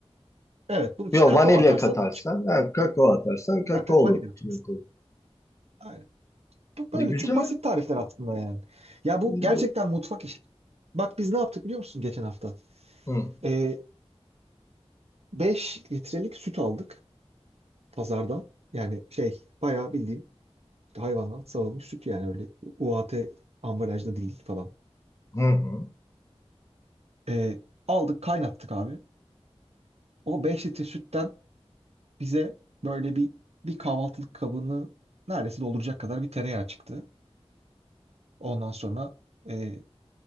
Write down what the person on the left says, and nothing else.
Yok
vanilya
katarsan,
ha, kakao atarsan kakaolu
puding olur.
Ne
güzel.
Bu.
Hı.
Hı hı.